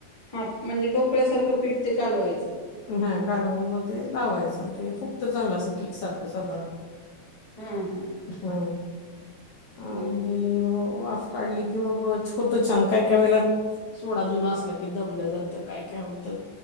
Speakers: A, on the left (about 40°); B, on the left (about 70°).
A: हा म्हणजे ढोकळ्यासारखं पिठते कालवायचं
B: हा कालवून मग ते लावायचं ते फुक्त चांगलं असं केक सारखं साधारण
A: हा हा
B: हा
A: एकदम
B: आणि वा काढली की मग छ होतं छान काय काय वेळेला सोड जुन असला की दबलं जातं काय काय होतं